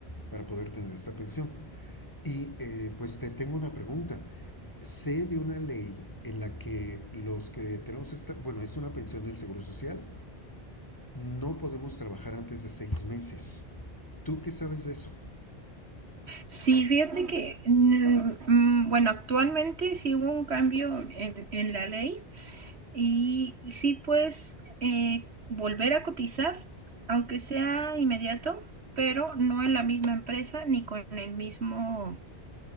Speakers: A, on the left (about 20°); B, on the right (about 80°).
A: para poder tener esta pensión. Y eh, pues te tengo una pregunta. Sé de una ley en la que los que tenemos esta, bueno, es una pensión del Seguro Social, no podemos trabajar antes de seis meses. ¿Tú qué sabes de eso?
B: Sí, fíjate que, mm, mm, bueno, actualmente sí hubo un cambio en, en la ley Y sí pues eh, volver a cotizar, aunque sea inmediato, pero no en la misma empresa ni con el mismo,